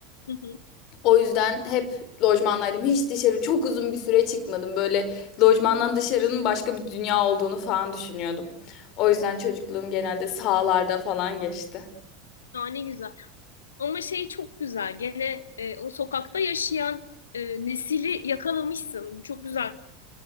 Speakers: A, on the left; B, on the left.
A: <laughs> Hı hı.
B: O yüzden hep lojmandaydım. Hiç dışarı çok uzun bir süre çıkmadım. Böyle lojmandan dışarının başka bir dünya olduğunu falan düşünüyordum. O yüzden çocukluğum genelde sahalarda falan geçti.
A: Aa, ne güzel. Ama şey çok güzel. Gene e, o sokakta yaşayan e, nesili yakalamışsın. Bu çok güzel